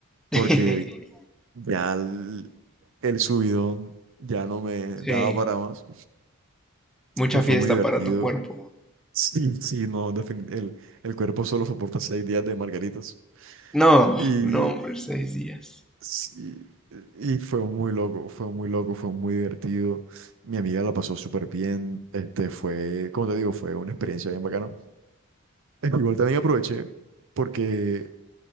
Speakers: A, on the right; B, in the centre.
A: porque
B: <laughs>
A: ya el, el subidón ya no me
B: Sí,
A: daba para más,
B: mucha
A: pero fue
B: fiesta
A: muy divertido.
B: para tu cuerpo.
A: Sí, sí, no, defin- el, el cuerpo solo soporta seis días de margaritas.
B: No,
A: y
B: no, hombre, seis días.
A: Sí, y fue muy loco, fue muy loco, fue muy divertido. Mi amiga la pasó súper bien. Este fue, como te digo, fue una experiencia bien bacana. Eh, Igual también aproveché porque,